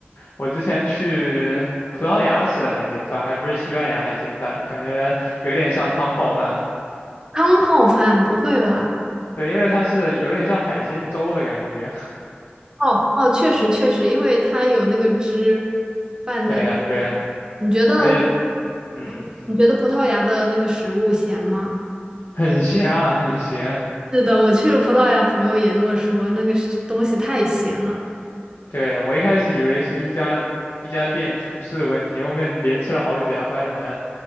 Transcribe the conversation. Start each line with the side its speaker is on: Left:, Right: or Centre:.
Left: 我之前去葡萄牙吃的海鲜饭，还不是西班牙海鲜饭，感觉有点像汤泡饭。
Right: 汤泡饭，不会吧？
Left: 对，因为它是有点像海鲜粥的感觉。
Right: 哦哦，确实确实，因为它有那个汁
Left: <laughs>
Right: 拌在。
Left: 对呀，对呀，
Right: 你觉得，
Left: 而且，嗯，
Right: 嗯，你觉得葡萄牙的那个食物咸吗？
Left: 很咸啊，很咸。
Right: 是的，我去了葡萄牙，朋友也那么说，那个是东西太咸了。
Left: 对，我一开始以为是一家一家店厨师的问题，后面连吃了好几家，发现好像